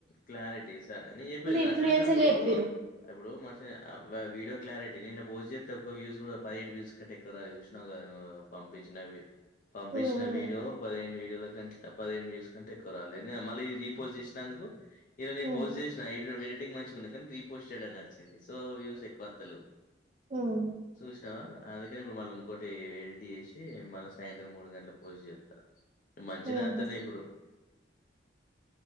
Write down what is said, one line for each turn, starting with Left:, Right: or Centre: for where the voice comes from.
Left: క్లారిటీ సరే నేను చెప్పేది
Right: ఇన్ఫ్లుయెన్సర్లు
Left: అట్లాంటి అప్పుడు
Right: చెప్పిర్రు
Left: ఇప్పుడు మ వీడియో క్లారిటీ నిన్న పోస్ట్ చేస్తే ఒక్క వ్యూస్ కూడా పదిహేడు వ్యూస్ కంటే ఎక్కకురాలి చూసినావు కద్ పంపించినవి పంపించిన
Right: ఉమ్
Left: వీడియో పదిహేను వీడియోల కంట పదిహేడు వ్యూస్ కంటే ఎక్కువాలే మళ్ళీ రీపోస్ట్ చేసినందుకు ఇది నేను
Right: ఉమ్
Left: పోజ చేసినా ఇ ఎడిటింగ్ మంచిగున్నది. రీపోస్టెడ్ అని వచ్చింది. సో వ్యూస్ ఎక్కువ వత్తలు
Right: ఉమ్
Left: చూసినవా అది ని ఇప్పుడు మళ్ళీ ఇంకోకటి ఎడిట్ చేసి మళ్ళీ సాయంత్రం మూడు గంటలకు పోజి చేస్తా మంచి
Right: ఉమ్
Left: నేత్తన్నా
Right: ఉమ్
Left: ఇప్పుడు <inaudible>